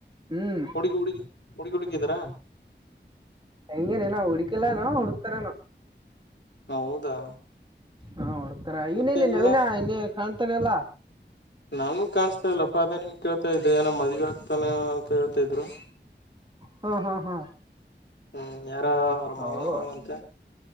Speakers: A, on the right; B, on the left.
A: ಹ್ಮ್
B: ಹುಡುಗಿ ಹುಡುಗಿ ಹುಡುಕಿ ಹುಡುಕಿದ್ರಾ
A: ಹೆಂಗನೇ ನ ಹುಕಲಾನೋ ಹುಡುಕ್ತಾರಾನ
B: ಹೌದಾ
A: ಹಾ ಹಡ್ತಾರ
B: ಮತ್ತೆ
A: ನಲ್ಲಿ
B: ಇವನ
A: ನವೀಿನ ಇ ಕಾಣ್ತಾನಲ್ಲಾ
B: ನಾನ್ ಕಾಣಿಸಸ್ತಾ ಇಲ್ಲ ಪ ಅ ನಿಮ್ ಕೇಳ್ತಾ ಇದ್ದೆಏ ನಮ್ಮ ಮದ್ವಿ ಆಗ್ತಾನೆ ಅಂತ ಹೇಳ್ತಾ ಇದ್ರು
A: ಹಾ ಹಾ ಹಾ
B: ಹ್ಮ್ ಯಾರ ಅವ್ರ ಮಾವನ್
A: ಅವು
B: ಮ ಅಂತ